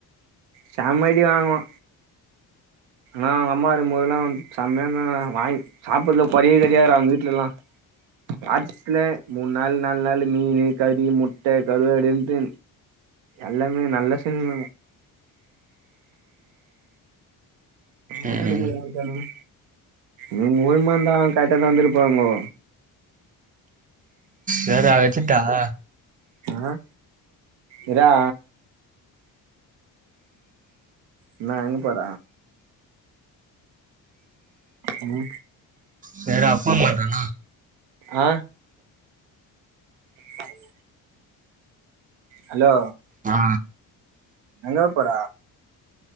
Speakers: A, on the right; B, on the right.
A: செம்ம அடி வாங்குவோ ஆ எங்க அம்மா இருக்குபோதெல்லா செம்மைய இருந்தங்க வாய்க் சாப்புறதுலே குறையே கடையாதுடா எங்க வீட்ல எல்லா வாரத்துலே மூணு நாள் நால் நாளு மீனு கறி முட்டே கருவாடுன்டு எல்லாமே நல்ல செய்ஞ் யாரு
B: ம்
A: மாரி தனம் நீங்ஒழுக்கமாருந்தா கரெட்டா தா இருந்துருப்பாங்கோ
B: வேற வச்சுட்டாங்க
A: ஆ இர்ரா என்ன எங்க போற உம்
B: சேர்ரா ஃபோன் பண்றேன்னா
A: அ கடைக் ஹலோ
B: ஆ
A: எங்க போற